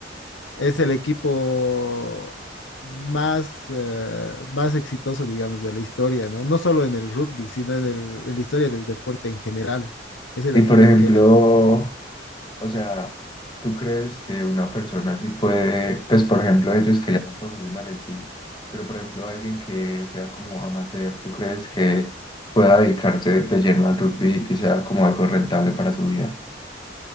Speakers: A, on the left; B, on the left.
A: es el equipo más, eh, más exitoso, digamos, de la historia, ¿no? No solo en el rugby, sino en el- en la historia del deporte en general. Es el
B: Y
A: equipo
B: por ejemplo,
A: que
B: o sea, ¿tú crees que una persona así puede, pues por ejemplo ellos que ya son profesionales, sí, pero por ejemplo alguien que sea como amateur, ¿tú crees que pueda dedicarse de lleno al rugby y sea como algo rentable para su vida?